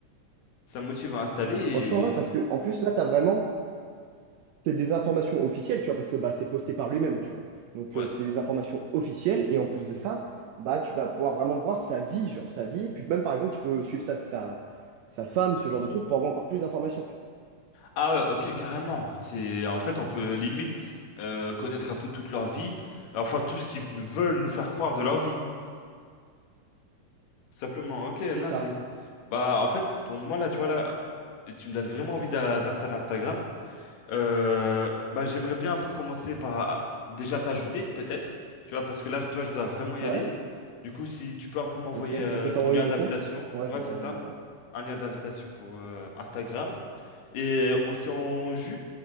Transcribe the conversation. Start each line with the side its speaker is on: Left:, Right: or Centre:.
Left: Ça me motive à installer
Right: Franchement, ouais, parce que en plus, là, t'as vraiment. C'est des informations officielles, tu vois, parce que bah, c'est posté par lui-même, tu vois. Donc,
Left: Ouais.
Right: euh, c'est des informations officielles, et en plus de ça, bah, tu vas pouvoir vraiment voir sa vie, genre sa vie. Puis même, par exemple, tu peux suivre sa, sa, sa femme, ce genre de truc, pour avoir encore plus d'informations, tu vois.
Left: Ah ouais, ok, carrément. C'est en fait on peut limite euh, connaître un peu toute leur vie, enfin tout ce qu'ils veulent nous faire croire de leur vie, tout simplement. Ok, non
Right: C'est ça.
Left: c'est. Bah en fait pour moi là, tu vois là, tu me donnes vraiment envie d'a- d'installer Instagram. Euh, bah j'aimerais bien un peu commencer par ah, déjà t'ajouter peut-être, tu vois parce que là toi je dois vraiment y
Right: Ouais,
Left: aller. Du coup si tu peux un peu m'envoyer
Right: ok.
Left: euh,
Right: Bah, je vais t'envoyer
Left: ton lien
Right: mon
Left: d'invitation,
Right: compte. Ouais,
Left: ouais
Right: je vais
Left: c'est
Right: t'envoyer
Left: ça.
Right: mon compte.
Left: un lien d'invitation pour euh, Instagram. Et on s'y en jus